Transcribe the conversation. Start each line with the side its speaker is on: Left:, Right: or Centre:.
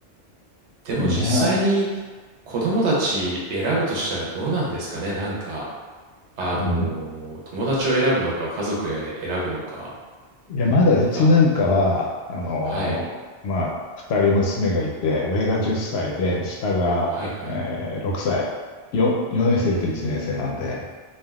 Right: でも実際に
Left: ねえ、
Right: 子供たち選ぶとしたらどうなんですかね。なんか、あのー友達を選ぶのか、
Left: うん。
Right: 家族を選ぶのか。
Left: いや、まだうちなんかは、
Right: なんか、
Left: あのーまあ、
Right: はい、
Left: 二人娘がいて、上が10歳で、下が、
Right: はい、はい。
Left: えー6歳、よ、4年生と1年生なんで、
Right: うーん、